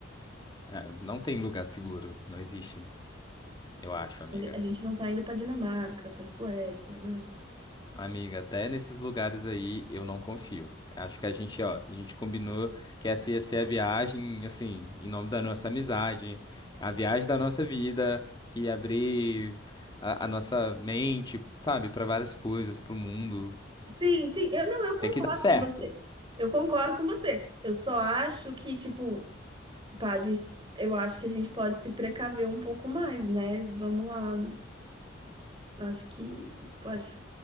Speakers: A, on the left; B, on the right.
A: Ah, não tem lugar seguro, não existe, eu acho, amiga.
B: A gente não tá indo para Dinamarca, para Suécia, né?
A: Amiga, até nesses lugares aí eu não confio. Acho que a gente, ó, a gente combinou que essa ia ser a viagem, assim, em nome da nossa amizade, a viagem da nossa vida, que ia abrir a, a nossa mente, sabe, para várias coisas, para o mundo.
B: Sim, sim, eu não, eu concordo
A: Tem que dar certo,
B: com você. Eu concordo com você. Eu só acho que, tipo, pá, a gente, eu acho que a gente pode se precaver um pouco mais, né? Vamos lá. Acho que, acho,